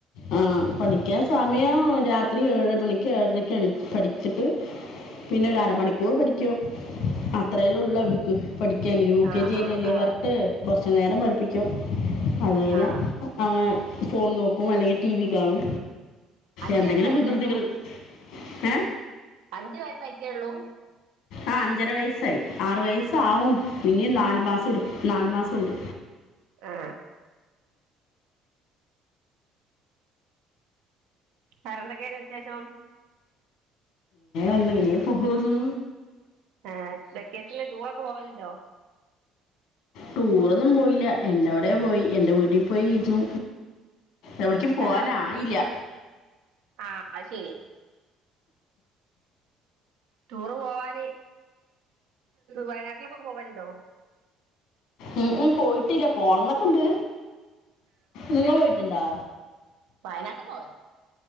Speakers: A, on the left; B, on the right.
A: ആ പഠിക്കാൻ സമയം രാത്രി ഏഴ് മണിക്ക് ഏഴരക്ക എണീ പഠിച്ചിട്ട് പിന്നെ ഒരു അരമണിക്കൂർ പഠിക്കും അത്രേയല്ലേ ഉള്ളൂ അവർക്ക് പഠി ക്കാൻ യു
B: ആ
A: കെ ജി
B: ആ
A: അല്ലേ
B: ആ
A: <unintelligible> കുറ നേരം പഠിപ്പിക്കും അത് കഴിഞ്ഞ്
B: ആ
A: അവ ഫോൺ നോക്കും അല്ലെങ്കിൽ ടി വി കാണും
B: അഞ്ച്
A: എന്തെങ്കിലും
B: വയസ്സായിട്ടേ
A: വികൃതികള്
B: ഉള്ളൂ
A: ഏ
B: അഞ്ച് വയസ് ആയിട്ടേയുള്ളൂ
A: ആ അഞ്ചര വയസ്സായി ആറ് വയസ്സാവും ഇനി നാലു മാസം എടു നാല് മാസം ഉണ്ട്
B: ആ വേറെ എന്തൊക്കെയാണ് വിശേഷം
A: ഒന്നുമില്ല ഇങ്ങനെ പോകുന്നു
B: ഏ വെക്കേഷനില് ടൂറൊക്കെ പോവലുണ്ടോ
A: ടൂറൊന്നും പോയില്ല എന്റെ അവിടെ പോയി എന്റെ വീട്ടിൽ പോയിരുന്നു എവിട്ക്കും പോവാനായില്ല്യ
B: ആ ആ അത് ശെരി ടൂറ് പോവാന് വയനാട്ടിൽക്കെ പോവൽണ്ടോ
A: ഉം ഉം പോയിട്ടില്ല പോണംന്നൊക്കെണ്ട് നിങ്ങ പോയി ട്ട്ണ്ടാ
B: വയനാട്ട് പോവ